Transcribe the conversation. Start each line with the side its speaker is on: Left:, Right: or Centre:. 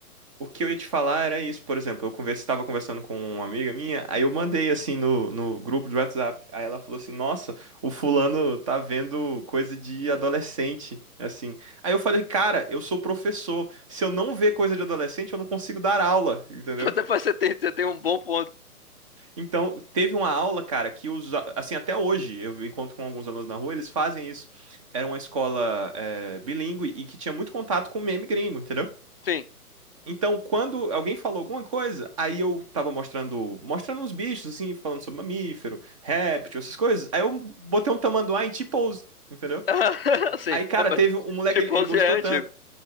Right: O que eu ia te falar era isso, por exemplo, eu conversa, estava conversando com uma amiga minha, aí eu mandei assim no, no grupo de WhatsApp, aí ela falou assim, nossa, o fulano tá vendo coisa de adolescente, assim. Aí eu falei, cara, eu sou professor, se eu não ver coisa de adolescente, eu não consigo dar aula, entendeu?
Left: <laughs> Até pra você ter, você tem um bom ponto.
Right: Então, teve uma aula, cara, que os, a- assim, até hoje, eu encontro com alguns alunos na rua, eles fazem isso. Era uma escola eh, bilíngue e que tinha muito contato com meme gringo, entendeu?
Left: Sim.
Right: Então, quando alguém falou alguma coisa, aí eu tava mostrando, mostrando uns bichos, assim, falando sobre mamífero, réptil, essas coisas. Aí eu botei um tamanduá em T-pose, entendeu?
Left: <laughs> Sim,
Right: Aí, cara,
Left: mas
Right: teve um moleque,
Left: Chimpanzé
Right: ele, ele gostou
Left: é
Right: tanto
Left: antigo.